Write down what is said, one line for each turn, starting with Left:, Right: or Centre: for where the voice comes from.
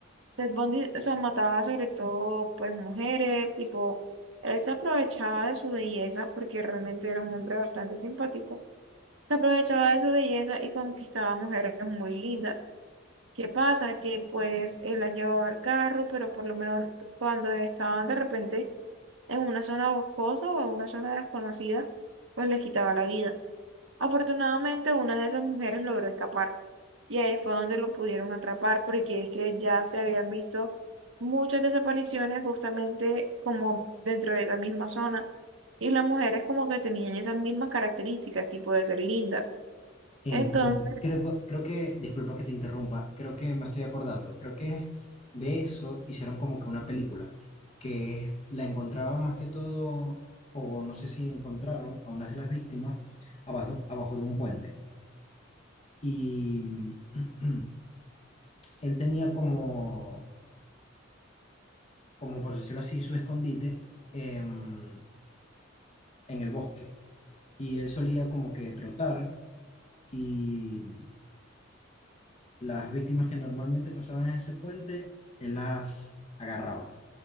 Right: Ted Bundy, o sea, mataba sobre todo, pues, mujeres, tipo, él se aprovechaba de su belleza porque realmente era un hombre bastante simpático. Se aprovechaba de su belleza y conquistaba mujeres muy lindas. ¿Qué pasa? Que pues él la llevaba al carro, pero por lo menos cuando estaban de repente en una zona boscosa o en una zona desconocida, pues les quitaba la vida. Afortunadamente, una de esas mujeres logró escapar y ahí fue donde lo pudieron atrapar porque es que ya se habían visto muchas desapariciones justamente como dentro de esa misma zona y las mujeres como que tenían esas mismas características, tipo de ser lindas.
Left: Entiendo.
Right: Entonces,
Left: Creo, creo que, disculpa que te interrumpa, creo que me estoy acordando, creo que de eso hicieron como que una película, que es- la encontraban más que todo, o no sé si encontraron a una de las víctimas abajo, abajo de un puente. Y <clears throat> él tenía como, como por decirlo así, su escondite em, en el bosque. Y él solía como que trotar y las víctimas que normalmente pasaban en ese puente, él las agarraba.